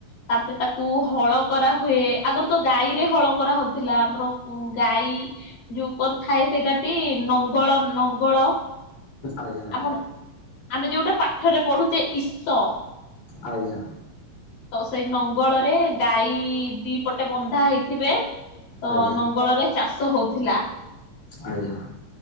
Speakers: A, on the left; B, on the left.
A: ତାପରେ ତାକୁ ହଳ। କରାହୁଏ ଆଗରୁ ତ ଗାଈରେ ହଳ କରା ହଉଥିଲା ଆମର ଗାଈ। ଯୋଉ କଣ ଥାଏ ସେଇଟା ଟି ନଙ୍ଗଳ ନଙ୍ଗଳ
B: ଆଜ୍ଞା
A: ଆପଣ ଆମେ ଯୋଉଟା ପାଠରେ ପଢୁଛେ ଈସ।
B: ଆଜ୍ଞା
A: ତ ସେଇ ନଙ୍ଗଳରେ ଗାଈ ଦି ପଟେ ବନ୍ଧା ହେଇଥିବେ। ତ
B: ଆଜ୍ଞା
A: ନଙ୍ଗଳରେ ଚାଷ ହଉଥିଲା।
B: ଆଜ୍ଞା।